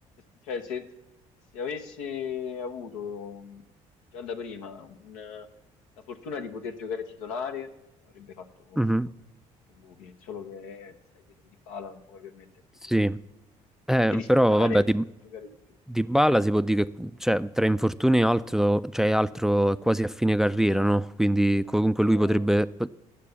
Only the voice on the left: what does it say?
Cioè, se, se avesse avuto mh, già da prima un, eh, la fortuna di poter giocare titolare, avrebbe fatto
i buchi. Solo che eh, stai dietro di pala, non puoi permetterti
di,
neanche di sperare
<laughs> di giocare di più.
Eh,
Dybala,